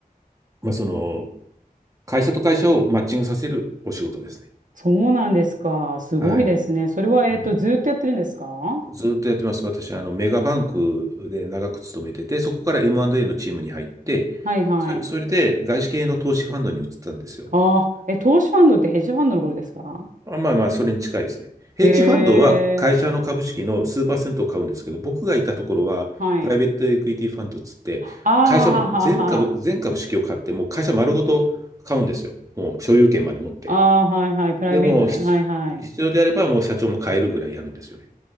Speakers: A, on the right; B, on the right.
A: まあ、その、会社と会社をマッチングさせるお仕事ですね。
B: そうなんですか。すごいですね。
A: はい。
B: それは、えっと、
A: うん
B: ずーっとやってるんですかは
A: ずっとやってます。私はあのメガバンクで長く勤めてて、そこから M&A のチームに入って、
B: いはい。
A: それ、それで外資系の投資ファンドに移ったんですよ。
B: ああ、え、投資ファンドってヘッジファンドのことですか
A: あまあまあ、それに近いですね。ヘッジファンドは会社の株式の数パーセントを買うんですけど、
B: へえ、
A: 僕がいたところは、
B: はい。
A: プライベートエクイティファンドっつって、
B: ああ、
A: 会社の全株、
B: ははは。
A: 全株式を買って、もう会社丸ごと買うんですよ。もう所有権まで持って。
B: ああ、はいはい。プライベート、
A: で、もうひ
B: はいはい。
A: 必要であればもう社長も変えるぐらいやるんですよね。